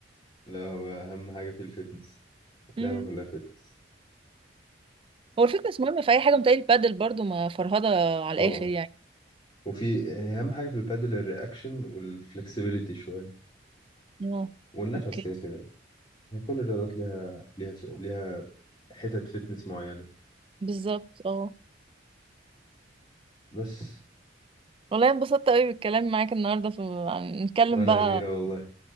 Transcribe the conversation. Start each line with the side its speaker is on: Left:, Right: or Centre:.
Left: لا هو أهم حاجة في الفتنس
Right: أمم.
Left: اللعبة كلها فتنس
Right: هو الفتنس مهم في اي حاجه متهيألي البادل برضو ما فرهضه على
Left: طبعا
Right: الاخر يعني
Left: وفي أهم حاجة في البادل الرياكشن والفلكسبيليتي شوية
Right: اه
Left: والنفس
Right: اوكي
Left: كده كده يعني كل الرياضات ليها ليها ليها حتت فتنس معينة
Right: بالظبط اه
Left: بس
Right: والله انبسطت قوي بالكلام معاك النهارده في عن- نتكلم
Left: وأنا
Right: بقى
Left: يا أميرة والله